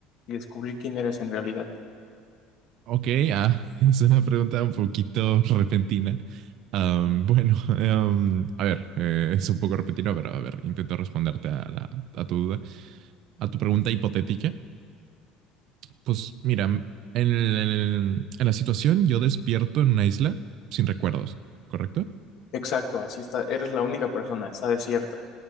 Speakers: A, on the left (about 55°); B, on the right (about 55°).
A: y descubrir quién eres en realidad?
B: Ok, ah, <laughs> es una pregunta un poquito repentina. Am, bueno, <laughs> em, a ver, eh, es un poco repentino, pero a ver, intento responderte a, la- a tu duda, a tu pregunta hipotética. Pues mira, en, el- en el- en la situación yo despierto en una isla sin recuerdos, ¿correcto?
A: Exacto, así está, eres la única persona, está desierta.